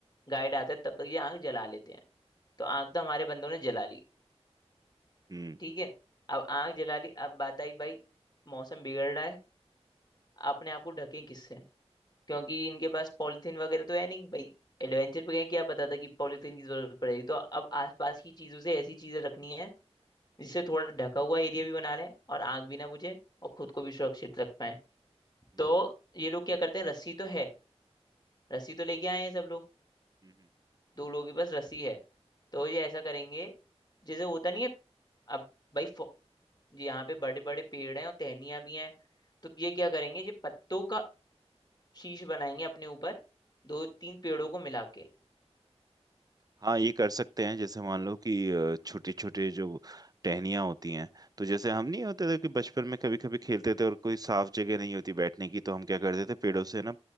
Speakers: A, on the left; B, on the right.
A: गाइड आता है तब तक ये आग जला लेते हैं तो आग तो हमारे बंदों ने जला ली
B: हम्म
A: ठीक है अब आग जला ली अब बात आई भाई मौसम बिगड़ रहा है अपने आप को ढकें किससे क्योंकि इनके पास पॉलिथीन वगैरह तो है नहीं भाई एडवेंचर पे गए क्या पता था कि पॉलिथीन की जरूरत पड़ेगी तो अब आसपास की चीजों से ऐसी चीजें रखनी है जिससे थोड़ा ढका हुआ एरिया भी बना लें और आग भी ना बुझे और खुद को भी सुरक्षित रख पाए
B: हम्म,
A: तो ये लोग क्या करते हैं रस्सी तो है रस्सी तो लेके आए हैं सब लोग
B: हम्म, हम्म।
A: दो लोगों के पास रस्सी है तो ये ऐसा करेंगे जैसे होता नहीं है अब भाई फ- यहाँ पे बड़े बड़े पेड़ हैं और टहनियाँ भी हैं तो ये क्या करेंगे ये पत्तों का शीश बनाएंगे अपने ऊपर दो तीन पेड़ों को मिला के
B: हाँ ये कर सकते हैं जैसे मान लो कि छोटे छोटे जो टहनियाँ होती हैं तो जैसे हम नहीं होते थे कि बचपन में कभी कभी खेलते थे और कोई साफ जगह नहीं होती बैठने की तो हम क्या करते थे पेड़ों से ना